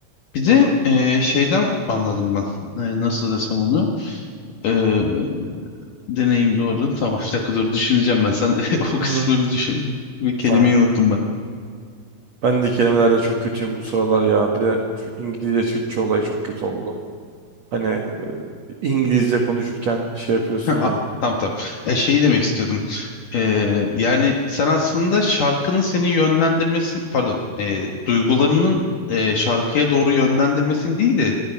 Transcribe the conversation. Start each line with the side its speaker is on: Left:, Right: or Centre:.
Left: Bir
Right: Hı
Left: de
Right: hı.
Left: ee, şeyden anladım ben. Ee, nasıl desem onu? Ee, deneyim doğru. <laughs> Tamam bir dakika dur düşüneceğim ben. Sen <laughs> o kısmı
Right: Hı hı.
Left: bir düşün. Bir kelimeyi
Right: Tamam.
Left: unuttum ben.
Right: Ben de kelimelerde çok kötüyüm bu sıralar ya. Bir de şu İngilizce Türkçe olayı çok kötü oldu. Hani e, İngilizce konuşurken şey yapıyorsun
Left: Ha,
Right: ya.
Left: a- tamam tamam. E, şeyi demek istiyordum. Ee, yani sen aslında şarkının seni yönlendirmesini, pardon, e, duygularının e, şarkıya doğru yönlendirmesini değil de